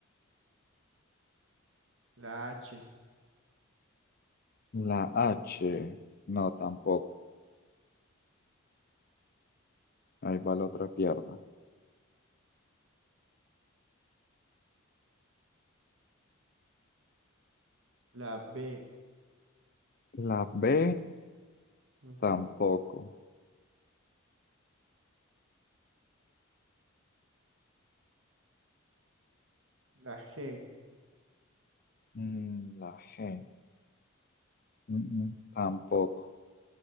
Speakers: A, on the right (about 70°); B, on the left (about 45°).
A: La H.
B: La H, no, tampoco. Ahí va la otra pierna.
A: La B.
B: La B,
A: ujú,
B: tampoco.
A: La G.
B: Mm, la G, mm, mm, tampoco.